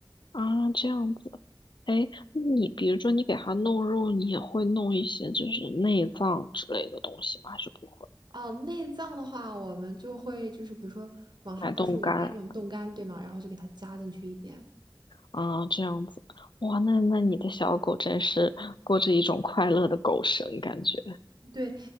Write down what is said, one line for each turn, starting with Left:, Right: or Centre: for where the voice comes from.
Left: 啊，这样子，哎，那你比如说你给它弄肉，你也会弄一些就是内脏之类的东西吗？还是不会？
Right: 哦，内脏的话，我们就会就是比如说网上不是有卖那种冻干，
Left: 买冻干
Right: 对吗？然后就给它加进去一点。
Left: 啊，这样子，哇，那那你的小狗真是过着一种快乐的狗生感觉，
Right: 对，